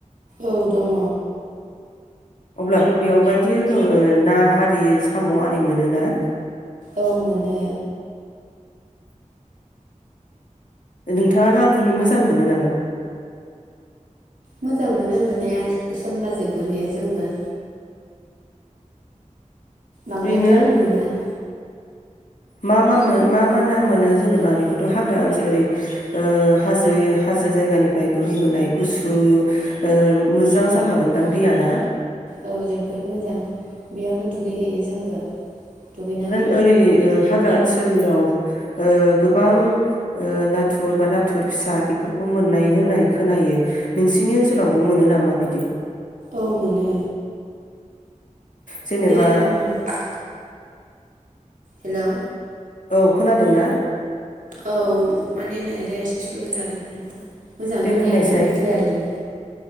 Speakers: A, on the right; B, on the left.
A: औ दङ।
B: अब्लाथ' बेयाव बायदि रोखोम ओ ना आरि हाम' आरि मोनोना?
A: औ मोनो।
B: नोंथाङा ना गुरनो मोजां मोनो नामा?
A: मोजां मोनो मोन्नाया सम बाजै गुरहैयो जोंबो। बांद्राय
B: ओरैनो
A: टाइम मोनदों।
B: मा मा मो मा मा ना मोनो जेनेबा बे थ' हाग्रा ओनसो ओरै ओ हाजो हाजो जायगानिफ्राय बोहैबोनाय गुसु ओ मोजां जाखागोनदां दैयाना?
A: औ जोबोद मोजां बेयावनो दुगैहैयो जोंबो दुगैनानै
B: आरो ओरै हाग्रा ओनसोलाव ओ गोबां नाथुर बा नाथुर फिसा बेफोरखौ मोननाय होननाय खोनायो नोंसिनि ओनसोलावबो मोनो नामा बिदि?
A: औ मोनो
B: जेनेबा
A: बिराद मोनो। हेलौ।
B: औ खोनादों ना?
A: औ माने नेटा एसे स्ल' जादों मोजां
B: दे
A: खोनायाखैमोन
B: बुंनायसाय
A: क्लियारलि।